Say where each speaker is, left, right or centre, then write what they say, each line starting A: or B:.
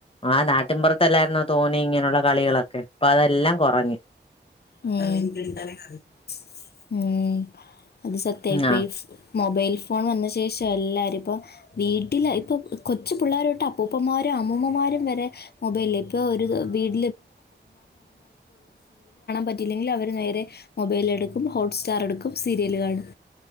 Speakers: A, on the left (about 30°); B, on the left (about 55°).
A: ആഹ് നാട്ടിമ്പൊറ- ത്തൊലാരുന്നൊ തോന്നി ഇങ്ങനൊള്ള കളികളൊക്കെ ഇപ്പൊ അതെല്ലാം കൊറഞ്ഞ്
B: ഉം ഉം അത് സത്യായിപ്പോയ്
A: ആ
B: മൊബൈൽ ഫോൺ വന്ന ശേഷം എല്ലാരും ഇപ്പൊ വീട്ടിൽ ഇപ്പോൾ കൊച്ച് പിള്ളേരൊട്ട് അപ്പൂപ്പന്മാരും അമ്മൂമ്മമാരും വരെ മൊബൈല ഇപ്പൊ ഒരു വീട്ടി- പറ്റില്ലങ്കിൽ അവര് നേരെ മൊബൈല് എടുക്കും ഹോട്ട്സ്റ്റാർ എടുക്കും സീരിയല് കാണും